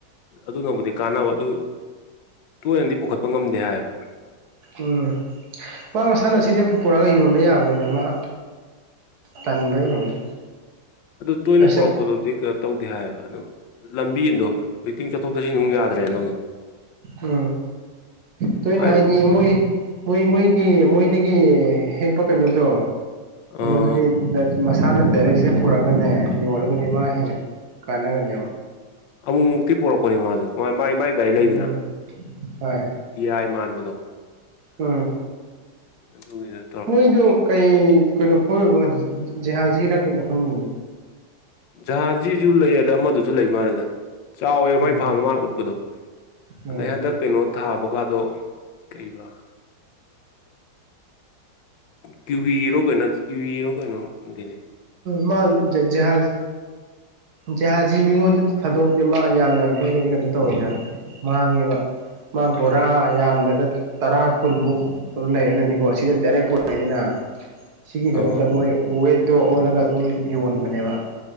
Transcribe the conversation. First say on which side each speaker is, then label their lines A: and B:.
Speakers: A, on the left; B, on the right.
A: ꯑꯗꯨꯅꯕꯨꯗꯤ ꯀꯥꯟꯅꯕ ꯑꯗꯨ ꯇꯣꯏꯅꯗꯤ ꯄꯨꯈꯠꯄ ꯉꯝꯗꯦ ꯍꯥꯏꯌꯦꯕ
B: ꯎꯝ ꯃꯥ ꯃꯁꯥꯟꯅꯁꯤꯅ ꯄꯨ ꯄꯨꯣꯔꯛꯑꯒ ꯌꯣꯟꯕ ꯌꯥꯕꯅꯤꯗ ꯃꯥ ꯇꯥꯟꯕ ꯑꯣꯏꯔꯣꯅꯤ
A: ꯑꯗꯨ ꯇꯣꯏꯅ
B: ꯑꯁ
A: ꯄꯨꯔꯛꯄꯗꯨꯗꯤ ꯀꯩꯅꯣ ꯇꯧꯗꯦ ꯍꯥꯏꯌꯦꯕ ꯑꯗꯣ ꯂꯝꯕꯤꯗꯣ ꯍꯧꯖꯤꯛꯇꯤꯡ ꯆꯠꯊꯣꯛ ꯆꯠꯁꯤꯟ ꯑꯃꯨꯛ ꯌꯥꯗ꯭ꯔꯦꯅ ꯑꯃꯨꯛ
B: ꯎ ꯇꯣꯏꯅꯍꯥꯏꯗꯤ
A: ꯃꯥꯏ
B: ꯃꯣꯏ ꯃꯣꯏ ꯃꯣꯏꯒꯤ ꯃꯣꯏꯗꯒꯤ ꯍꯦꯛꯄ ꯀꯩꯅꯣꯗꯣ
A: ꯑ
B: ꯑꯗꯨꯗꯤ ꯃꯁꯥꯅ ꯗꯥꯏꯔꯦꯛꯁꯦ ꯄꯨꯔꯛꯒꯅꯦ ꯌꯣꯜꯂꯒꯗꯤ ꯃꯥ ꯍꯦꯜꯂꯛ ꯀꯅꯥꯒꯅꯤ ꯑꯕ
A: ꯑꯃꯨꯛꯃꯨꯛꯇꯤ ꯄꯣꯔꯛꯄꯅꯤ ꯃꯥꯁꯨ ꯃꯥꯏ ꯃꯥꯏ ꯒꯥꯔꯤ ꯂꯩꯗꯅ
B: ꯎꯝ ꯍꯣꯏ
A: ꯇꯤꯌꯥꯥꯏ ꯃꯥꯟꯕꯗꯣ
B: ꯎꯝ
A: ꯑꯗꯨꯒꯤꯗ
B: ꯃꯣꯏꯗꯣ ꯀꯩ ꯀꯩꯅꯣ ꯐꯣꯏꯅꯣ ꯖꯦꯍꯥꯖꯤꯔ ꯀꯩꯅꯣ ꯈꯪꯗꯣꯏꯅꯦ
A: ꯖꯍꯥꯖꯤꯁꯨ ꯂꯩ ꯑꯗ ꯑꯃꯗꯨꯁꯨ ꯂꯩ ꯃꯥꯜꯂꯦꯗ ꯆꯥꯎꯋꯦꯕ
B: ꯎꯝ
A: ꯃꯥꯏ ꯐꯥꯔꯝꯗ ꯃꯥꯅ ꯎꯠꯄꯗꯣ
B: ꯎꯝ
A: ꯑꯗꯩ ꯍꯟꯗꯛ ꯀꯩꯅꯣ ꯊꯥꯕꯒꯗꯣ ꯀꯩꯕ ꯀ꯭ꯨꯕꯕꯤ ꯔꯣꯀꯣꯏꯅ ꯀ꯭ꯌꯕꯤ ꯔꯣꯀꯣꯏꯅꯣꯗꯤꯦꯅꯦ
B: ꯃꯥ ꯖꯍꯥꯖ ꯖꯍꯥꯖꯤ ꯃꯤꯉꯣꯟꯗ ꯊꯥꯗꯧꯕꯗꯤ ꯃꯥ ꯌꯥꯝ ꯌꯥꯝ ꯍꯦꯛꯒꯗꯤ ꯀꯩꯅꯣ ꯇꯧꯋꯦꯅꯦ ꯃꯥꯡꯉꯦꯕ ꯃꯥ ꯕꯣꯔꯥ
A: ꯎꯝ
B: ꯌꯥꯝꯂꯒ ꯇꯔꯥ ꯀꯨꯟꯃꯨꯛ ꯂꯩꯔꯒꯗꯤꯀꯣ ꯁꯤꯅ ꯗꯥꯏꯔꯦꯛ ꯀ ꯍꯥꯏꯗꯅ ꯁꯤꯒꯤ ꯀꯩꯅꯣꯗ
A: ꯑ
B: ꯃꯣꯏ ꯋꯦꯠꯇꯣ ꯑꯣꯜꯂꯒ ꯑꯗꯨꯝ ꯌꯣꯟꯕꯅꯦꯕ